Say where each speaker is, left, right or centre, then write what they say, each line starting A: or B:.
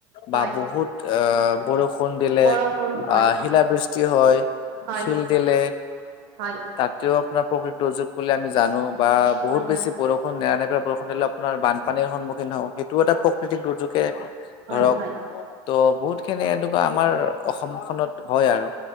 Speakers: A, on the right (about 70°); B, on the left (about 45°).
A: হয়,
B: বা বহুত আহ বৰষুণ দিলে
A: বৰষুণ
B: আহ,
A: হয়,
B: শিলাবৃষ্টি হয়।
A: হয়',
B: শিল দিলে
A: হয়',
B: তাতেও আপোনাৰ প্ৰকৃত দুৰ্যোগ বুলি আমি জানো বা বহুত
A: হয়, হয়,
B: বেছি বৰষুণ নেৰানেপৰা বৰষুণ আপোনাৰ বানপানীৰ সন্মুখীন হও সেইটো এটা প্ৰকৃতিক দুৰ্যোগে।
A: হয়,
B: ধৰক
A: হয়,
B: ত' বহুত খিনি এনেকুৱা আমাৰ অসমখনত হয় আৰু।